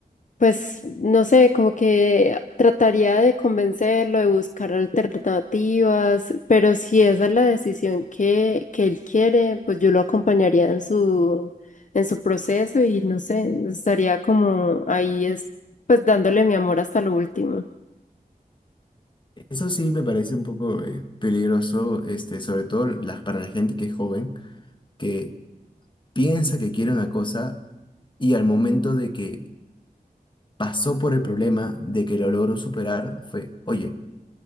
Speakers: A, on the left; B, on the left.
A: pues no sé, como que trataría de convencerlo, de buscar alternativas, pero si esa es la decisión que, que él quiere, pues yo lo acompañaría en su, en su proceso y no sé, estaría como ahí es, pues dándole mi amor hasta lo último.
B: Eso sí me parece un poco eh, peligroso, este, sobre todo la- para la gente que es joven, que piensa que quiere una cosa y al momento de que pasó por el problema, de que lo logró superar, fue, oye,